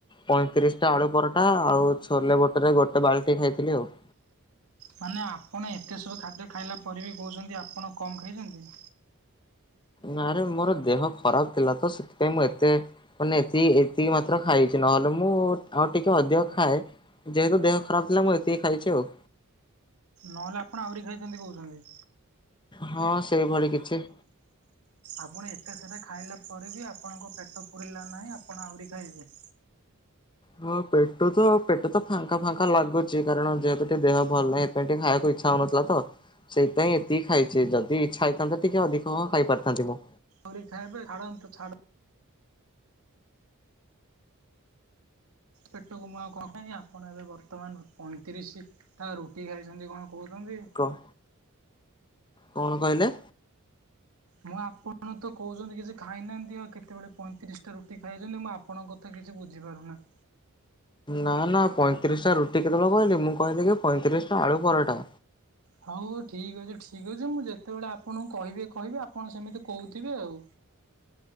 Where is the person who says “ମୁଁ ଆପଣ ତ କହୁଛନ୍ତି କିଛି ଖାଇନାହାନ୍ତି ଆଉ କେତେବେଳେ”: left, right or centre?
Right